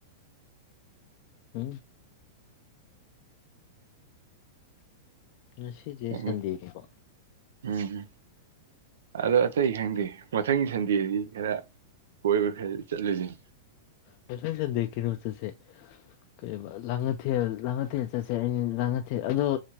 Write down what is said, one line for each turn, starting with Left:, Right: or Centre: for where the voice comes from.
Left: ꯎ ꯉꯁꯤꯁꯦ
Right: ꯎꯝ
Left: ꯁꯟꯗꯦꯅꯦꯀꯣ
Right: ꯎꯝ ꯑꯗꯣ ꯑꯇꯩ ꯈꯪꯗꯦ ꯃꯊꯪꯒꯤ ꯁꯟꯗꯦꯁꯤ ꯈꯔ ꯀꯣꯏꯕꯔ ꯆꯠꯂꯨꯁꯤꯅꯤ
Left: ꯉꯁꯥꯏ ꯁꯟꯗꯦꯛ ꯀꯩꯅꯣ ꯆꯠꯁꯦ ꯀ ꯂꯥꯡꯉꯊꯦꯜ ꯂꯥꯡꯉꯊꯦꯜ ꯆꯠꯁꯦ ꯑꯩꯅ ꯂꯥꯡꯉꯊꯦꯜ ꯑꯗꯣ